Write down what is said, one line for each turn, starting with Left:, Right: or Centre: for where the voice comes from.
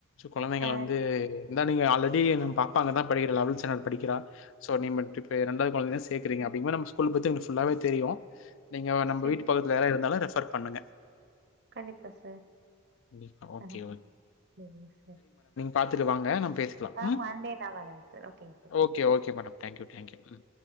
Left: கொழந்தைங்கள
Right: ஆ
Left: வந்து இருந்தாலோ நீங்க ஆல்ரெடி நம்ம பாப்பா அங்கதா படிக்குறா லவல்த் ச்டேண்டட் படிக்கிறா சோ நீ மெட்ரிக்லயிருந்தால் கொழந்தைய சேக்குறீங்க அதிகமா நம்ம ஸ்கூல் பத்தி எனக்கு புல்லாவே தெரியோ நீங்க நம்ம
Right: சேரி
Left: வீட்டு பக்கத்துல யாரா இருந்தாலோ ரெஃபர் பண்ணுங்க
Right: கண்டிப்பா சார்
Left: கண்டிப்பா. ஓகே,
Right: ஆ செரிங்க சார்
Left: பாத்துட்டுவாங்க நம்ம பேசிக்கலா
Right: ஆ
Left: ம்
Right: மண்டே நா வரேங்க சார் ஓகேங்க sir thank you
Left: okay
Right: sir
Left: okay madam thank you thank you ம்